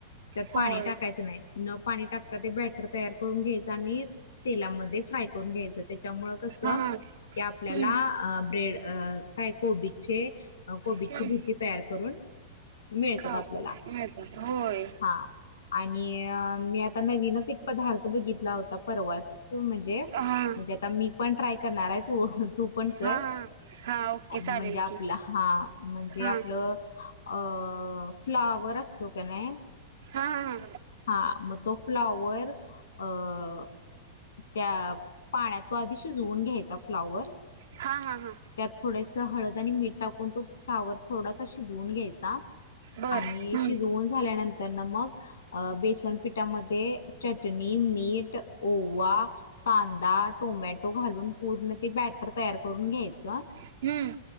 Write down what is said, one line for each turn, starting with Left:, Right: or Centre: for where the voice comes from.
Left: त्यात
Right: होय
Left: पाणी टाकायचं नाही न पाणी टाकता ते बॅटर तयार करून घ्यायचं आणि तेलामध्ये फ्राय ून घ्यायच त्याच्यामुळे कस
Right: हा हा
Left: की आपल्याला
Right: हम्म
Left: ब्रेड काय कोबीचे कोबीची
Right: हम्म
Left: भजी तयार करून मिळतात
Right: का
Left: आपल्याला
Right: मिळतात होय
Left: हा आणि मी आता नवीनच एक पदार्थ बघितला होता परवा म्हणजे
Right: हा हा
Left: म्हणजे आता मी पण ट्राय करणार आहे तू तू पण कर
Right: हा हा ओके
Left: म्हणजे
Right: चालेल
Left: आपलं
Right: की
Left: हा म्हणजे
Right: हा
Left: आपलं अ अ फ्लावर असतो का नाही
Right: हा हा
Left: हा मग तो फ्लावर अं त्या पाण्यात तो आधी शिजवून घ्यायचा फ्लाॉवर
Right: हा हा हा
Left: त्यात थोडस हळद आणि मीठ टाकून तो फ्लावर थोडासा शिजवून घ्यायचा
Right: बर
Left: आणि
Right: हम्म
Left: शिजवून झाल्यानंतर तर ना मग अ बेसनपिठामध्ये चटणी मीठ ओवा कांदा टोमॅटो घालून पूर्ण बॅटर तयार करून घ्यायच
Right: हम्म